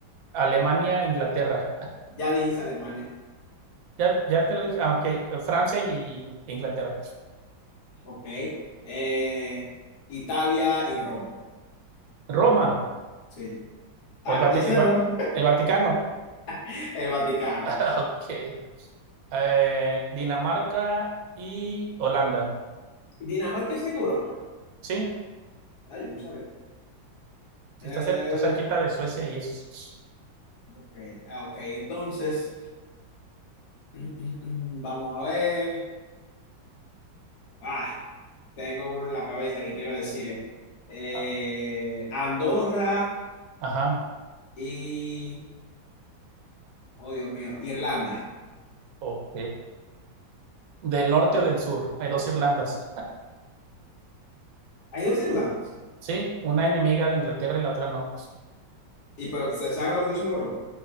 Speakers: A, on the right (about 65°); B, on the left (about 60°).
A: Alemania, Inglaterra.
B: Ya dijiste Alemania.
A: Ya, ya te lo dije. Ah, ok. eh, Francia y y Inglaterra.
B: Ok. Eh, Italia y Roma.
A: Roma
B: Sí.
A: o
B: Ah,
A: el, Vati-
B: ya sé
A: el Va-
B: Roma.
A: el Vaticano.
B: <laughs> El Vaticano.
A: <laughs> Ok. Eh, Dinamarca y Holanda.
B: Dinamarca está en Europa.
A: Sí,
B: Ah, yo no sabía.
A: sí
B: Eh,
A: está, cer- está cerquita de Suecia y es.
B: ok, ah, ok. Entonces, <clears throat> vamos a ver. Ah, tengo uno en la cabeza que quiero decir. eh. Eh,
A: ah,
B: Andorra
A: Ajá.
B: y... Oh, Dios mío. Irlanda.
A: Ok. Del norte o del sur. Hay dos Irlandas.
B: Hay dos Irlandas.
A: Sí, una enemiga de Inglaterra y la otra no.
B: Y pero se saben los dos en Europa.